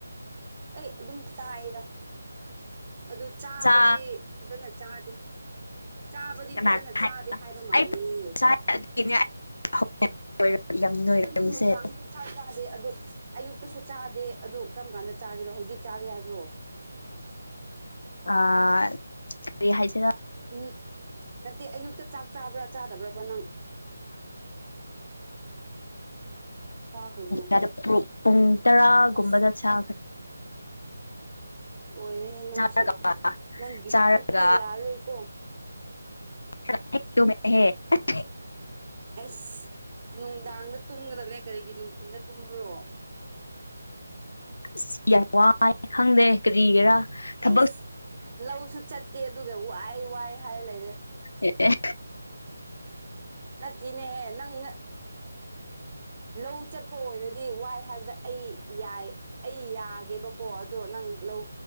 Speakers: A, on the right; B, on the left.
A: ꯑꯩ ꯑꯗꯨꯝ ꯇꯥꯌꯦꯗ ꯑꯗꯨ ꯆꯥꯕꯗꯤ
B: ꯅꯆꯥ
A: ꯐꯖꯅ ꯆꯥꯗꯦ ꯆꯥꯕꯗꯤ
B: ꯀꯅꯥ
A: ꯐꯖꯅ ꯆꯥꯗꯦ ꯍꯥꯏꯕ ꯃꯥꯂꯦꯌꯦ
B: ꯑꯩ <unintelligible> <unintelligible> ꯅꯣꯏꯔꯝꯃꯤꯁꯦ
A: ꯑꯗꯨ ꯅꯪ ꯅꯨꯡꯗꯥꯡꯁꯨ ꯑꯗꯣ ꯑꯌꯨꯛꯇꯁꯨ ꯆꯥꯗꯦ ꯑꯗꯣ ꯀꯔꯝ ꯀꯥꯟꯗ ꯆꯥꯒꯦꯔꯣ ꯍꯧꯖꯤꯛ ꯆꯥꯒꯦ ꯍꯥꯏꯕ꯭ꯔꯣ
B: ꯑꯥ ꯀꯔꯤ ꯍꯥꯏꯁꯤꯔ
A: ꯎꯝ ꯅꯠꯇꯦ ꯑꯌꯨꯛꯇ ꯆꯥꯛ ꯆꯥꯕ꯭ꯔꯥ ꯆꯥꯗꯕ꯭ꯔꯕ ꯅꯪ ꯆꯥꯈ꯭ꯔꯕ꯭ꯔꯣ
B: ꯦ <unintelligible> ꯄꯨꯡ ꯇꯔꯥꯒꯨꯝꯕꯗ
A: ꯑꯁ
B: ꯆꯥ
A: ꯂꯣꯏꯔꯦꯍꯦ ꯅꯪꯁꯨ
B: ꯆꯥꯔꯒ
A: ꯅꯪꯒꯤ
B: ꯆꯥꯔꯒ
A: ꯄꯨꯛꯇꯣ ꯌꯥꯔꯔꯣꯏꯀꯣ
B: <unintelligible>
A: ꯑꯁ ꯅꯨꯡꯗꯥꯡꯗ ꯇꯨꯝꯒꯗꯕꯅꯦ ꯀꯔꯤꯒꯤ ꯅꯨꯡꯊꯤꯟꯗ ꯇꯨꯝꯕ꯭ꯔꯣ
B: ꯏꯁ ꯌꯥꯝ ꯋꯥꯏ ꯈꯪꯗꯦ ꯀꯔꯤꯒꯤꯔꯥ ꯊꯕꯛ
A: ꯑꯁ ꯂꯧꯁꯨ ꯆꯠꯇꯦ ꯑꯗꯨꯒ ꯋꯥꯏ ꯋꯥꯏ ꯍꯥꯏꯔ ꯂꯩꯔꯦ
B: ꯑꯦ
A: ꯅꯠꯇꯦꯅꯦꯍꯦ ꯅꯪꯅ ꯂꯧ ꯆꯠꯄ ꯑꯣꯏꯔꯗꯤ ꯋꯥꯏ ꯍꯥꯏꯕꯗ ꯑꯩ ꯌꯥꯏ ꯑꯩ ꯌꯥꯒꯦꯕ ꯀꯣ ꯑꯗꯣ ꯅꯪ ꯂꯧ